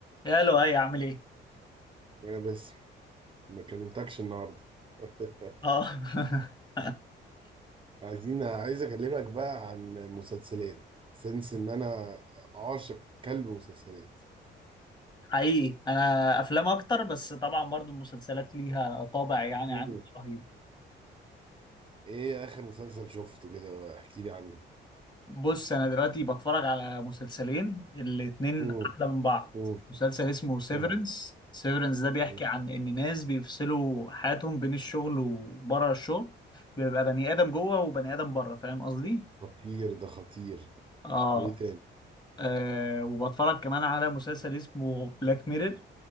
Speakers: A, on the left; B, on the right.
A: يا لؤي عامل ايه؟
B: يا بس ما كلمتكش النهارده <laughs>
A: اه <laughs>
B: عايزين عايز اكلمك بقى عن مسلسلات سنس ان انا عاشق كلب مسلسلات
A: حقيقي انا افلام اكتر بس طبعا برضو المسلسلات ليها طابع يعني
B: مم.
A: عندي رهيب
B: ايه اخر مسلسل شفته كده احكي لي عنه
A: بص انا دلوقتي بتفرج على مسلسلين الاتنين
B: مم.
A: احلى من بعض
B: مم.
A: مسلسل اسمه سيفرنس
B: اه
A: سيفرنس ده بيحكي
B: مم.
A: عن ان ناس بيفصلوا حياتهم بين الشغل وبره الشغل بيبقى بني ادم جوه وبني ادم بره فاهم قصدي؟
B: خطير ده خطير
A: اه
B: وايه تاني
A: آه، وبتفرج كمان على مسلسل اسمه بلاك ميرور